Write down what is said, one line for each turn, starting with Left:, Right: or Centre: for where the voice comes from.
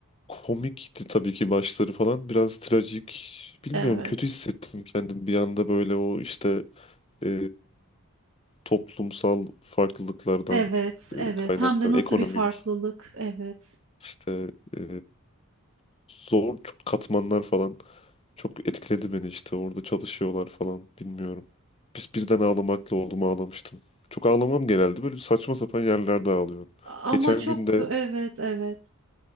Left: komikti tabii ki başları falan. Biraz trajik. Bilmiyorum
Right: Evet.
Left: kötü hissettim kendim bir anda böyle o işte e, toplumsal farklılıklardan
Right: Evet,
Left: e,
Right: evet.
Left: kaynaklanan
Right: Hem de nasıl
Left: ekonomik
Right: bir farklılık. Evet.
Left: işte e, zor katmanlar falan çok etkiledi beni işte orada çalışıyorlar falan bilmiyorum. Biz birden ağlamakla oldum ağlamıştım. Çok ağlamam genelde böyle saçma sapan yerlerde ağlıyorum.
Right: Ama
Left: Geçen
Right: çok
Left: gün de
Right: evet, evet.